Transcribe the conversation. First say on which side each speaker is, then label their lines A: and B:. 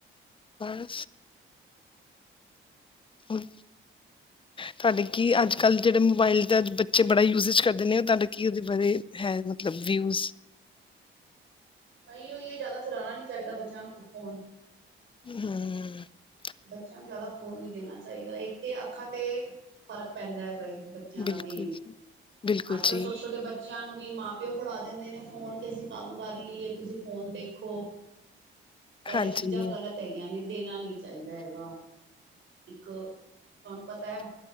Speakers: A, on the left; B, on the right.
A: ਹਰ ਹ
B: <unintelligible>
A: ਤੁਹਾਡੇ ਕਿ ਅੱਜ ਕੱਲ੍ਹ ਜਿਹੜੇ ਮੋਬਾਈਲ ਦਾ ਅੱਜ ਬੱਚੇ ਬੜਾ ਯੂਜੇਜ ਕਰਦੇ ਨੇ ਉਹ ਤੁਹਾਡਾ ਕਿ ਉਹਦੇ ਬਾਰੇ ਹੈ ਮਤਲਬ, ਵਿਊਜ਼
B: ਨਹੀਂ ਉਹਏ ਜ਼ਿਆਦਾ ਚਲਾਉਣਾ ਨੀ ਚਾਹੀਦਾ ਬੱਚਿਆਂ ਨੂੰ ਫੋਨ,
A: ਹੂੰ,
B: ਬੱਚਿਆਂ ਨੂੰ ਜ਼ਿਆਦਾ ਫੋਨ ਨੀ ਦੇਣਾ ਚਾਹੀਦਾ ਇੱਕ ਤੇ ਅੱਖਾਂ ਤੇ ਫ਼ਰਕ ਪੈਂਦਾ ਹੈਗਾ ਏ ਬੱਚਿਆਂ
A: ਬਿਲਕੁਲ
B: ਦਾ ਮੇਨ
A: ਬਿਲਕੁਲ
B: ਅੱਜ ਕੱਲ੍ਹ
A: ਜੀ
B: ਛੋਟੇ-ਛੋਟੇ ਬੱਚਿਆਂ ਨੂੰ ਮਾਂ ਪਿਓ ਫੜਾ ਦਿੰਦੇ ਨੇ ਫੋਨ ਕਿ ਅਸੀਂ ਕੰਮ ਕਰ ਲਈਏ ਤੁਸੀਂ ਫੋਨ ਦੇਖੋ ਪਰ
A: ਹਾਂਜੀ
B: ਇਹ ਚੀਜ਼ਾਂ ਗ਼ਲਤ ਹੈਗੀਆਂ ਨੇ ਦੇਣਾ ਨੀ ਚਾਹੀਦਾ ਹੈਗਾ। ਇੱਕ ਤੁਹਾਨੂੰ ਪਤਾ ਹੈ।